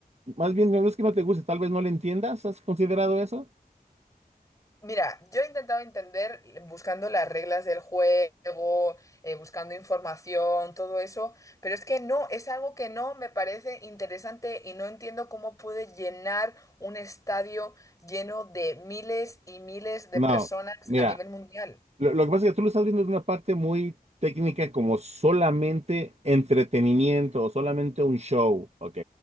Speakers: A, on the right; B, on the left.
A: más bien, no es que no te guste, tal vez no le entiendas, ¿has considerado eso?
B: Mira, yo he intentado entender buscando las reglas del juego, eh, buscando información, todo eso, pero es que no, es algo que no me parece interesante y no entiendo cómo puede llenar un estadio lleno de miles y miles de
A: No,
B: personas
A: mira,
B: a nivel mundial.
A: lo, lo que pasa es que tú lo estás viendo de una parte muy técnica como solamente entretenimiento o solamente un show, ¿ok?